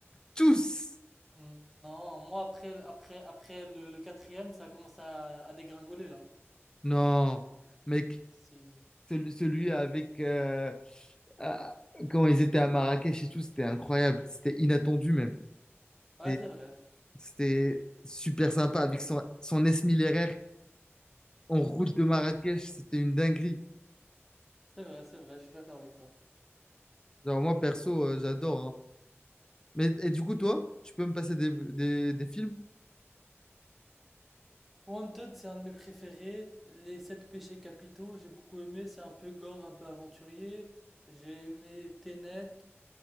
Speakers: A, on the left; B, in the centre.
A: tous.
B: Non, moi après, après, après le, le quatrième, ça commence à, à dégringoler là.
A: Non, mec,
B: Si-
A: celui, celui avec... euh, ah, quand ils étaient à Marrakech et tout, c'était incroyable. C'était inattendu même.
B: Ouais,
A: Et
B: c'est vrai.
A: C'était super sympa avec son, son S1000 RR. En route de Marrakech, c'était une dinguerie.
B: C'est vrai, c'est vrai, je suis d'accord avec toi.
A: Genre, moi, perso, euh, j'adore. hein. Mais et du coup, toi, tu peux me passer des, des- des films?
B: Wanted, c'est un de mes préférés. Les sept péchés capitaux, j'ai beaucoup aimé. C'est un peu gore, un peu aventurier. J'ai aimé Tenet.